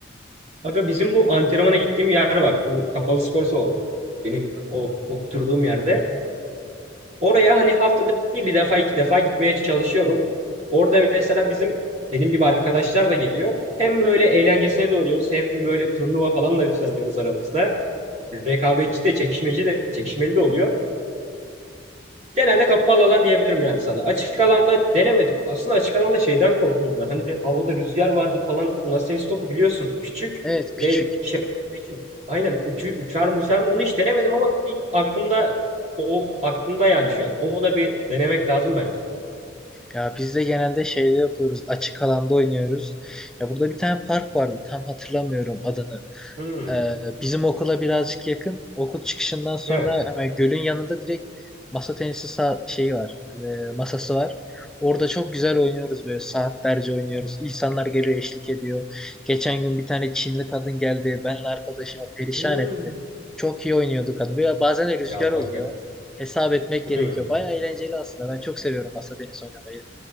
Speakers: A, on the right; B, in the centre.
A: Aga bizim bu antrenmana gittiğim yer var. Bu kapalı spor salonu. Benim o oturduğum yerde. Oraya hani haftada bir defa iki defa gitmeye çalışıyorum. Orada mesela bizim benim gibi arkadaşlar da geliyor. Hem böyle eğlencesine de oynuyoruz hem böyle turnuva falan da düzenliyoruz aramızda. Rekabetçi de çekişmeci de çekişmeli de oluyor. Genelde kapalı alan diyebilirim yani sana. Açık alanda denemedik. Aslında açık alanda şeyden korkuyorum ben. Hani havada rüzgar vardır falan. Masa tenisi topu biliyorsun küçük
B: Evet küçük.
A: ve şey olduğu için. Aynen uçu, uçar mı uçar mı onu hiç denemedim ama bir aklımda o aklımda yani şu an. Onu da bir denemek lazım bence.
B: Ya biz de genelde şeyde yapıyoruz. Açık alanda oynuyoruz. Ya burada bir tane park vardı. Tam hatırlamıyorum adını.
A: Hmm,
B: Ee, bizim okula birazcık yakın. Okul çıkışından sonra
A: evet.
B: hemen gölün yanında direkt masa tenisi sağ, şeyi var. e, masası var. Orada çok güzel oynuyoruz böyle saatlerce oynuyoruz. İnsanlar geliyor eşlik ediyor. Geçen gün bir tane Çinli kadın geldi. Benle arkadaşımı perişan
A: Hmm.
B: etti. Çok iyi oynuyordu kadın. Böyle bazen de rüzgar
A: Ya aga.
B: oluyor. Hesap etmek gerekiyor.
A: Hmm.
B: Baya eğlenceli aslında. Ben çok seviyorum masa tenisi oynamayı.